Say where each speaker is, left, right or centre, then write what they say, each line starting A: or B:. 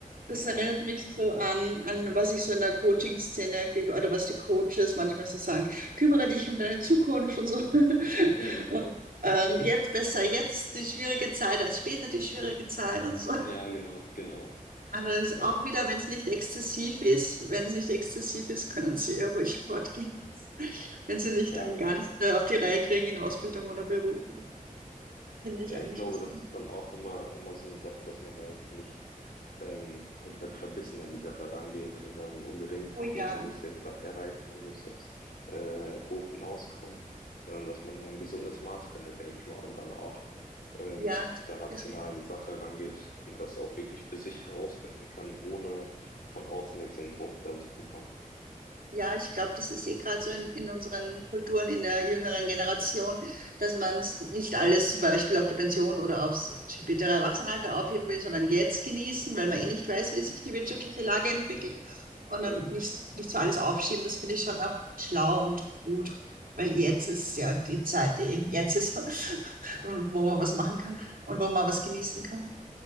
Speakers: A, on the right; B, on the left.
A: Das
B: genau.
A: erinnert mich so an, an was ich so in der Coaching-Szene ge- oder was die Coaches manchmal so sagen, kümmere dich um deine Zukunft und so. <laughs>
B: Mhm.
A: Und ähm, jetzt besser jetzt die schwierige Zeit als später die schwierige Zeit und so.
B: Ja, genau, genau,
A: Allerdings
B: genau.
A: auch wieder, wenn es nicht exzessiv ist, wenn es nicht exzessiv ist, können sie ja ruhig fortgehen. <laughs> Wenn sie nicht
B: Ja,
A: dann gar nicht mehr auf die Reihe kriegen in Ausbildung oder Beruf. Finde ich
B: Ja,
A: eigentlich
B: ich glaube,
A: besonders.
B: das ist dann auch immer, immer so eine Sache, dass man da jetzt nicht ähm, komplett verbissen an die Sache rangeht und dann unbedingt,
A: Oh
B: okay,
A: ja.
B: man muss jetzt was erreichen, man muss jetzt äh, hoch hinauskommen, sondern dass man ein gesundes Maß findet, denke ich mal, und dann auch ähm,
A: Ja,
B: da rational
A: es
B: an die Sache rangeht und das auch wirklich für sich herausfinden kann, ohne von außen jetzt den Druck da zu bekommen.
A: Ja, ich glaube, das ist eh gerade so in, in unseren Kulturen, in der jüngeren Generation, dass man nicht alles zum Beispiel auf die Pension oder aufs spätere Erwachsenenalter aufheben will, sondern jetzt genießen, weil man eh nicht weiß, wie sich die wirtschaftliche Lage entwickelt und
B: Mhm.
A: dann nicht, nicht so alles aufschieben. Das finde ich schon auch schlau und gut, weil jetzt ist ja die Zeit, die jetzt ist <laughs> und wo man was machen kann und wo man was genießen kann.